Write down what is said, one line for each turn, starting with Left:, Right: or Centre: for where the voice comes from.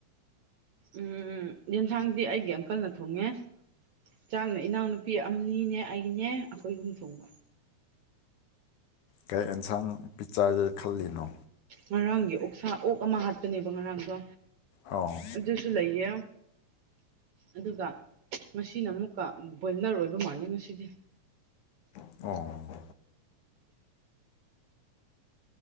Right: ꯎꯝ ꯌꯦꯟꯁꯥꯡꯗꯤ ꯑꯩꯒꯤ ꯑꯪꯀꯜꯅ ꯊꯣꯡꯉꯦ ꯆꯥꯛꯅ ꯏꯅꯥꯎ ꯅꯨꯄꯤ ꯅꯨꯄꯤ ꯑꯅꯤꯅꯦ ꯑꯩꯅꯦ ꯑꯩꯈꯣꯏ ꯌꯨꯝ ꯊꯣꯡꯕ
Left: ꯀꯩ ꯑꯦꯟꯁꯥꯡ ꯄꯤꯛ ꯆꯔꯗ ꯈꯜꯂꯤꯅꯣ
Right: ꯉꯔꯥꯡꯒꯤ ꯑꯣꯛꯁ ꯑꯣꯛ ꯑꯃ ꯍꯥꯠꯄꯅꯦꯕ ꯉꯔꯥꯡꯗꯣ
Left: ꯑꯣ
Right: ꯑꯗꯨꯁꯨ ꯂꯩꯌꯦ ꯑꯗꯨꯒ ꯉꯁꯤꯅ ꯑꯃꯨꯛꯀ ꯕꯣꯏꯂꯔ ꯑꯣꯏꯕ ꯃꯥꯜꯂꯦ ꯉꯁꯤꯗꯤ
Left: ꯑꯣ